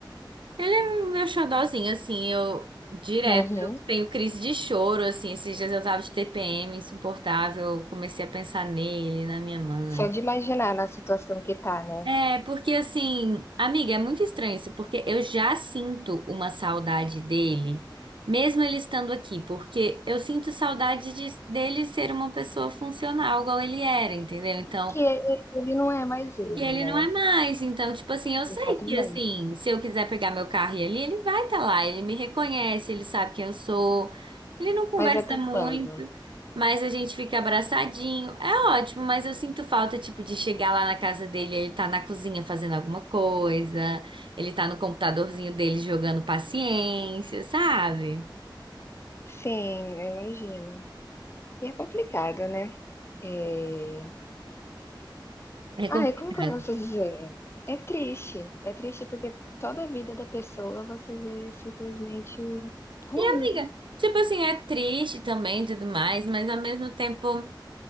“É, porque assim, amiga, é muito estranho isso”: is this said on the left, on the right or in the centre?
Right